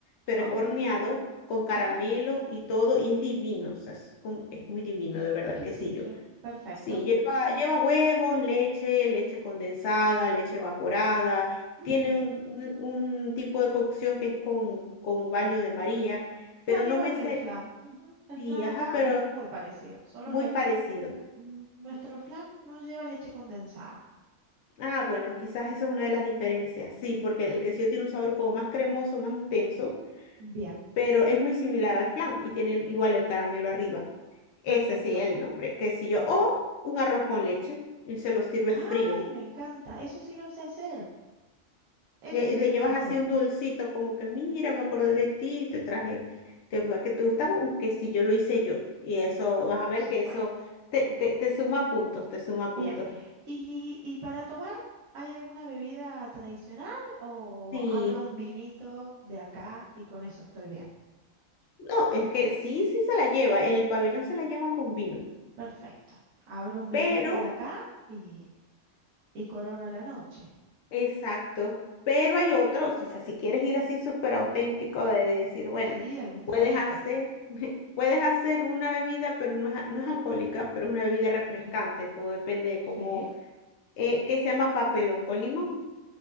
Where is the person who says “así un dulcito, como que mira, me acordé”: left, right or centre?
Left